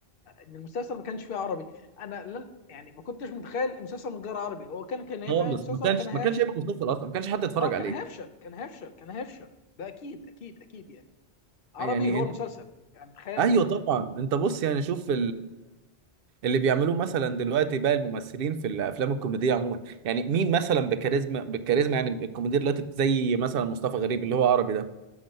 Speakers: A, on the left (about 60°); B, on the right (about 65°).
A: ان المسلسل ما كانش فيه عربي انا لن يعني ما كنتش متخيل المسلسل من غير عربي هو كان كان هيبقى
B: خالص
A: أي مسلسل
B: ما كانش
A: وكان هيفشل
B: ما كانش هيبقى مسلسل اصلا ما كانش حد يتفرج
A: اه كان
B: عليه
A: هيفشل كان هيفشل كان هيفشل ده اكيد اكيد اكيد يعني عربي
B: يعني
A: هو
B: انت
A: المسلسل يعني تخيل
B: ايوه طبعا انت بص يعني شوف اللي بيعملوه مثلا دلوقتي بقى الممثلين في الافلام الكوميديه عموما يعني مين مثلا بكاريزما بالكاريزما يعني الكوميديا دلوقتي زي مثلا مصطفى غريب اللي هو عربي ده